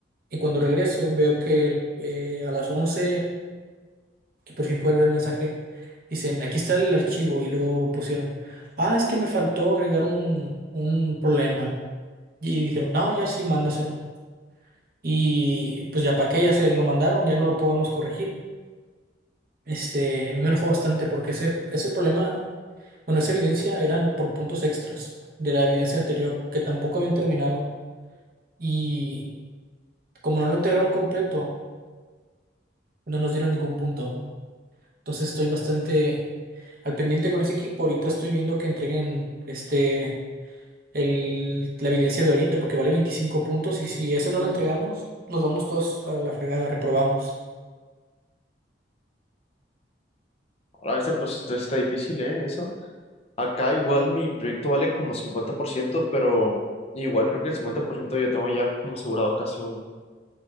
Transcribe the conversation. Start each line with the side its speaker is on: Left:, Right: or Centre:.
Right: Y cuando regreso veo que eh, a las 11 que por fin pude ver el mensaje, dicen, aquí está el archivo y luego pusieron, ah, es que me faltó agregar un, un problema. Y dijeron, no, ya sí, mándaselo. Y pues ya para qué, ya se lo mandaron, ya no lo podemos corregir. Este, a mí me enojó bastante porque ese, ese problema, bueno, esa evidencia eran por puntos extras de la evidencia anterior que tampoco habían terminado. Y como no lo entregaron completo, no nos dieron ningún punto. Entonces estoy bastante al pendiente con ese equipo. Ahorita estoy viendo que entreguen este el, la evidencia de ahorita porque vale 25 puntos y si eso no lo entregamos, nos vamos todos a la fregada, reprobamos.
Left: Ahora, este, pues esto sí está difícil, ¿eh? Eso. Acá igual mi proyecto vale como 50% pero igual creo que el 50% yo tengo ya como asegurado casi un